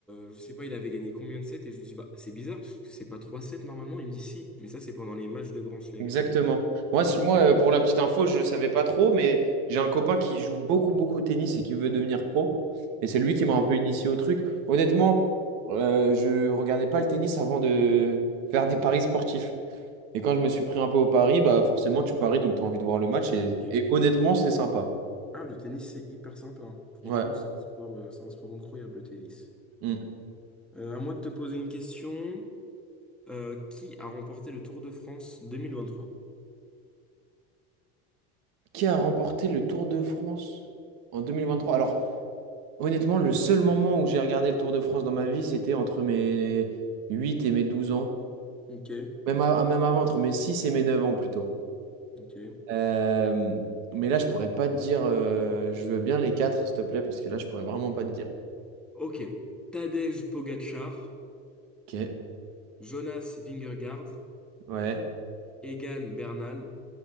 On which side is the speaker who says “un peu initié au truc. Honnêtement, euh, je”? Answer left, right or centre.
Right